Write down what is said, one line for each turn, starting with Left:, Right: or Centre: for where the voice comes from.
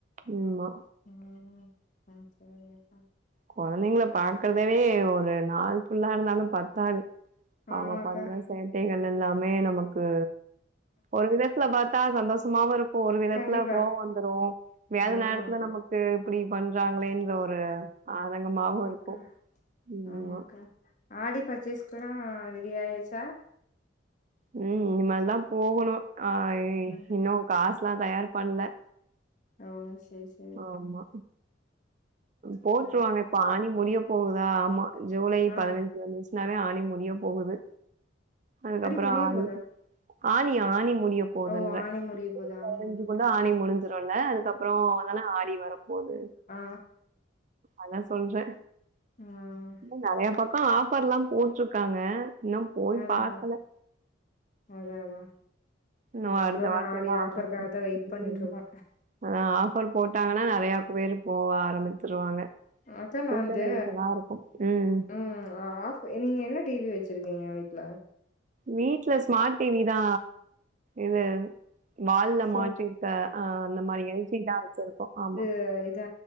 Right: ஆமா
Left: இன்னு ஒன்னுமே அது செய்லயாக்கா
Right: கொழந்தைங்குல பாக்குறதவே ஒரு நாள் ஃபுல்லா இருந்தாலு பத்தாது அவ்ங்க
Left: ஆமாக்கா
Right: பண்ற சேட்டைகள் எல்லாமே நமக்கு ஒரு விதத்துல பாத்தா சந்தோஷமாவு இருக்கு ஒரு விதத்துல
Left: கண்டிப்பா
Right: கோவோ வந்துரு வேல
Left: ஆமாக்கா
Right: நேரத்துல நமக்கு இப்புடி பண்றாங்களேன்ற ஒரு ஆதங்கமாவு
Left: ஆமாக்கா
Right: இருக்கு இவ்ங்கெல்லா
Left: ஆமாக்கா ஆடி பர்சேஸ்க்குலா ரெடி ஆயாச்சா
Right: ம் இனுமேல்தா போகணு ஆ இ
Left: ம்
Right: இன்னு காஸ்லா தயார் பண்ல
Left: ஓ சேஸ்
Right: ஆமா போட்ருவாங்க
Left: சேரி அக்கா
Right: இப்ப ஆனி முடிய போகுதா ஆமா ஜூலை
Left: ஆ
Right: பதினஞ்சு வந்துச்னாவே ஆனி முடிய போகுது அதுக்கப்புறோ
Left: முடிய
Right: ஆடி
Left: போதா
Right: ஆனி ஆனி முடியப்போதுன்ற
Left: ஓ ஆனி முடிய போது ஆமா
Right: இனிக்குள்ள
Left: ஆமா
Right: ஆனி முடிஞ் சிருல்ல அதுக்கப்பற வந்தனா ஆடி வரப்போது
Left: ஆ
Right: அதா சொல்றே
Left: ம்
Right: நெறைய பக்க ஆஃபர்ல்லா போட்ருக்காங்க இன்னு போய்
Left: அதா
Right: பாக்கல
Left: அதா அதா
Right: இன்னு
Left: நாங்களு
Right: அடுத்த வாரத்துலலா
Left: ஆடி
Right: ஆஃபர்
Left: ஆஃபருக்காகதா வெயிட்
Right: ம்
Left: பண்ணிட்ருக்கோ
Right: ஆ ஆஃபர் போட்டாங்கன்னா நெறையா பேரு போக ஆரம்பிச் சுருவாங்க
Left: அக்கா நா
Right: கூட்டநெரிசலா
Left: வந்து
Right: இருக்கு ம்
Left: ம் ஆஃப் நீங்க என்ன டி வி வெச்சிருக்கிங்க வீட்ல
Right: வீட்ல ஸ்மார்ட் டி வி தா இது வால்ல
Left: சோ
Right: மாட்டிர்க்க அ அந்த மாரி எல் ஜி தா வெச்சிருக்கோ ஆமா
Left: ஓ இதா